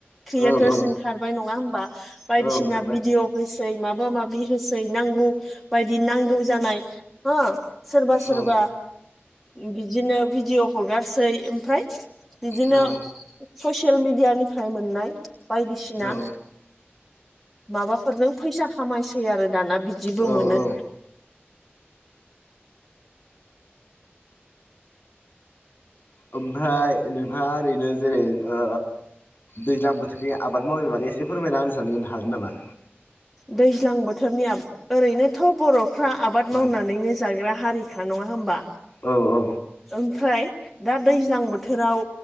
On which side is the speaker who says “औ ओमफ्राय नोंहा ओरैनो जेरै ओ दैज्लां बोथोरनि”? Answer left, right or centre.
Left